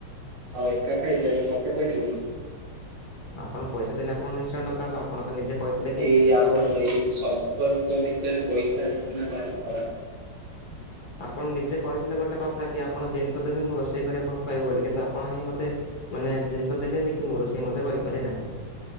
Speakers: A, on the right; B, on the left.
A: ଆଉ ଏକା ଖାଇଦେବେ ମତେ କହିବେନି
B: ଆପଣ ପଇସା ଦେଲେ ଆପଣ ନିଶ୍ଚୟ ଡକା ହବ ଆପଣ ତ ନିଜେ କହିଥିଲେ କି
A: ଏଇ ଆପଣ
B: ସବୁ
A: ଏଇ ସମ୍ପର୍କ ଭି ତରେ ପଇସା ଆଣିଲେ ଭାରି ଖରାପ
B: ଆପଣ ନିଜେ କହିଥିଲେ ଗୋଟେ କଥା କି ଆପଣ ଜିନିଷ ଦେବେ ମୁଁ ରୋଷେଇ କରି ଆପଣ ଖୁଆଇବି ବୋଲି କିନ୍ତୁ ଆପଣ ହିଁ ମୋତେ ମାନେ ଜିନିଷ ଦେଲେନି କି ମୁଁ ରୋଷେଇ ମଧ୍ୟ କରିପାରିଲି ନାହିଁ।